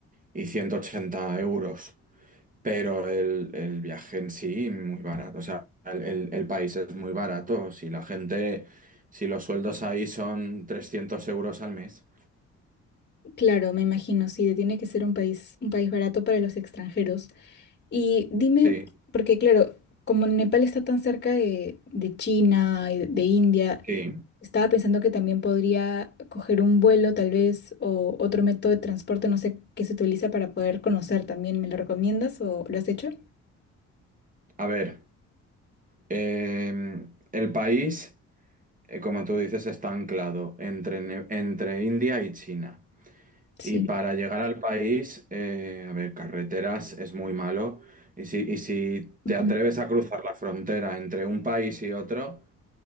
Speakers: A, on the right; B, on the left.
A: y 180 euros. Pero el, el viaje en sí, muy barato. O sea, el, el- el país es muy barato. Si la gente, si los sueldos ahí son 300 euros al mes.
B: claro, me imagino, sí, tiene que ser un país, un país barato para los extranjeros. Y dime,
A: Sí,
B: porque claro, como Nepal está tan cerca de, de China y de India,
A: sí.
B: estaba pensando que también podría coger un vuelo tal vez o otro método de transporte, no sé qué se utiliza para poder conocer también. ¿Me lo recomiendas o lo has hecho?
A: A ver, eh, el país, eh, como tú dices, está anclado entre, Ne- entre India y China.
B: Sí.
A: Y para llegar al país, eh, a ver, carreteras es muy malo. Y si, y si
B: Ujú.
A: te atreves a cruzar la frontera entre un país y otro...